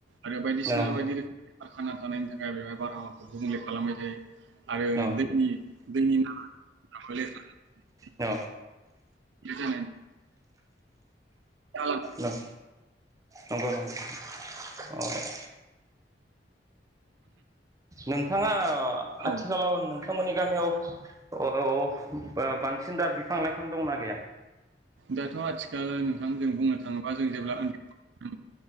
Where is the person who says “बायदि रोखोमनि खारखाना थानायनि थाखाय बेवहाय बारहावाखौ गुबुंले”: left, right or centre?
Right